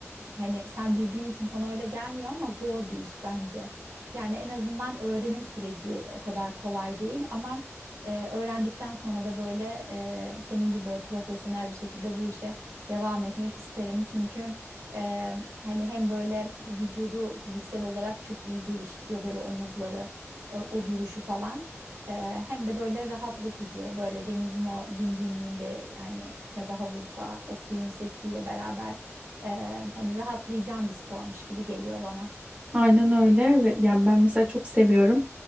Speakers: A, on the right; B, on the right.
A: Hani sen bildiğin için sana öyle gelmiyor ama zor bir iş bence. Yani en azından öğrenim süreci o kadar kolay değil ama e, öğrendikten sonra da böyle e, senin gibi böyle profesyonel bir şekilde bu işe devam etmek isterim. Çünkü e, hani hem böyle vücudu fiziksel olarak çok iyi geliştiriyor böyle omuzları, e, o duruşu falan. E, hem de böyle rahatlatıcı böyle denizin o dinginliğinde hani ya da havuzda o suyun sesiyle beraber ee, hani rahatlayacağım bir spormuş gibi geliyor bana.
B: Aynen öyle ve yani ben mesela çok seviyorum